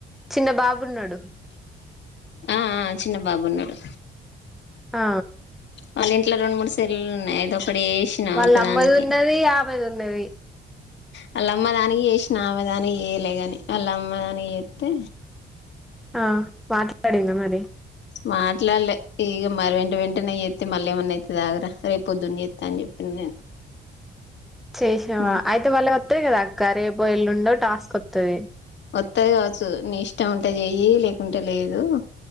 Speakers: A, in the centre; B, on the left (about 65°).
A: చిన్న బాబున్నాడు
B: ఆ చిన్న బాబున్నాడు
A: ఆ
B: వాళ్ళ ఇంట్లో రెండు మూడు సెలులు ఉన్నాయి ఐతే ఒక అప్పుడు చేసిన
A: వాళ్ళ
B: ఒకదానికి
A: అమ్మది ఉన్నది ఆమెది ఉన్నది
B: వాళ్ళమ్మ దానికి చేసి ఆమె దానికి చేయలే కాని వాళ్ళ అమ్మదానికి చేస్తే
A: ఆ మాట్లాడిందా మరి
B: మాట్లాడలే ఇక మరి వెంట వెంటనే చేత్తే మళ్ళీ ఏమన్నా అయితదిరా రేపు పొద్దున్న చేస్తా అని చెప్పిన నేను
A: చేసినవా
B: మా
A: అయితే వాళ్ళ అంతే కదా అక్క రేపు ఎల్లుండో టాస్క్ వస్తది
B: వత్తది కావచ్చు నీ ఇష్టం ఉంటే చెయు లేకుంటే లేదు